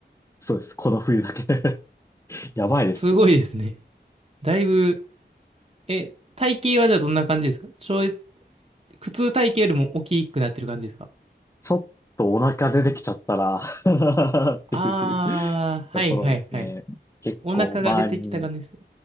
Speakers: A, on the left; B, on the right.
A: そうです、この冬だけ <laughs> やばいですよね。
B: すごいですね。だいぶ、え、体型はじゃあどんな感じですかちょい、普通体型よりも大きくなってる感じですか
A: ちょっとお腹出てきちゃったら <laughs> っていう
B: ああー、
A: ところですね。
B: はいはいはい。
A: 結構周りに、
B: お腹が出てきた感じです。